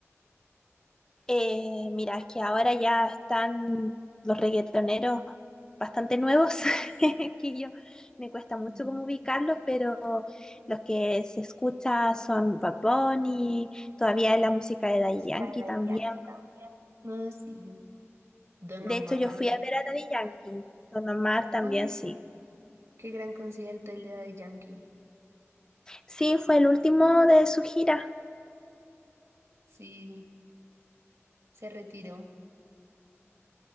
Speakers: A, on the left; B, on the right.
A: Eh, mira, es que ahora ya están los reggaetoneros bastante nuevos, <laughs> que yo me cuesta mucho
B: Ujú.
A: como ubicarlos, pero los que se escucha son Bad Bunny, todavía es la música de Daddy
B: Música
A: Yankee
B: de Daddy
A: también.
B: Yankee también. Ah, sí. Don
A: De
B: Omar.
A: hecho, yo fui a ver a Daddy Yankee, Don Omar también
B: Ah,
A: sí.
B: qué gran concierto el de Daddy Yankee.
A: Sí, fue el último de su gira,
B: Sí, se retiró